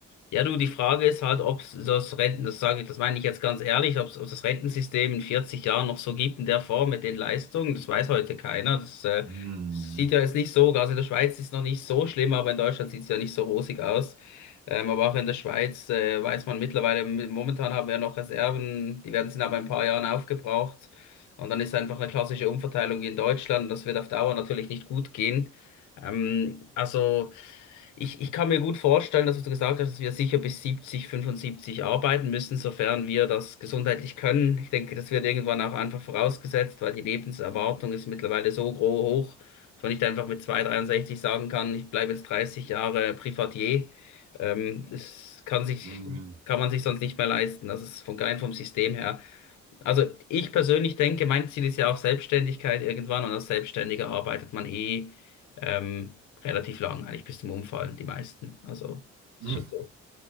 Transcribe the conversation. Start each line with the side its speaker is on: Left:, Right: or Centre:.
Left: Ja, du, die Frage ist halt, ob das Renten, das sage ich, das meine ich jetzt ganz ehrlich, ob das Rentensystem in 40 Jahren noch so gibt in der Form mit den Leistungen, das weiß heute keiner. Das äh,
Right: Hm.
Left: sieht ja jetzt nicht so, also in der Schweiz ist es noch nicht so schlimm, aber in Deutschland sieht es ja nicht so rosig aus. Ähm, aber auch in der Schweiz äh, weiß man mittlerweile, momentan haben wir noch Reserven, die werden sind aber in ein paar Jahren aufgebraucht. Und dann ist einfach eine klassische Umverteilung wie in Deutschland, das wird auf Dauer natürlich nicht gut gehen. Ähm, also. Ich, ich kann mir gut vorstellen, dass du gesagt hast, dass wir sicher bis 70, 75 arbeiten müssen, sofern wir das gesundheitlich können. Ich denke, das wird irgendwann auch einfach vorausgesetzt, weil die Lebenserwartung ist mittlerweile so gro- hoch, dass man nicht einfach mit 2, 63 sagen kann, ich bleibe jetzt 30 Jahre Privatier. Ähm, das kann sich,
Right: Hm.
Left: kann man sich sonst nicht mehr leisten. Das ist von rein vom System her. Also ich persönlich denke, mein Ziel ist ja auch Selbstständigkeit irgendwann und als Selbstständiger arbeitet man eh ähm, relativ lang, eigentlich bis zum Umfallen, die meisten. Also ist
Right: Hm.
Left: schon so.